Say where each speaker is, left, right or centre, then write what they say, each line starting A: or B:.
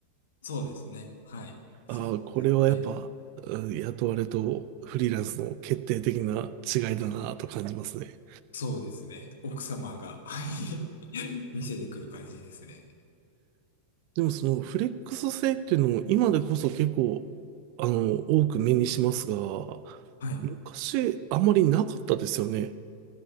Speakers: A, on the left; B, on the right.
A: そうですね。はい。
B: ああ、
A: そうですね。
B: これはやっぱ、うん雇われとフリーランスの決定的な違いだなと感じますね。
A: そうですね。奥様が、はい。<laughs> 見せてくる感じですね。
B: でもそのフレックス性っていうのも今でこそ結構、あの、多く目にしますが、
A: はい
B: 昔あまりなかったですよね。